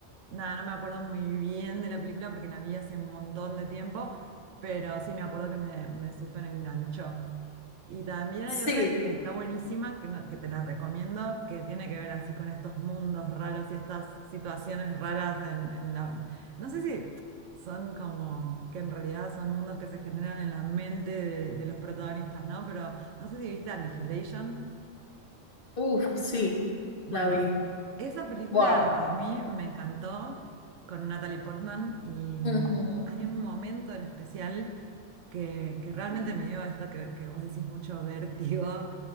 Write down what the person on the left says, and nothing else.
sí,
uff, sí,
la vi,
wow.
Ujú,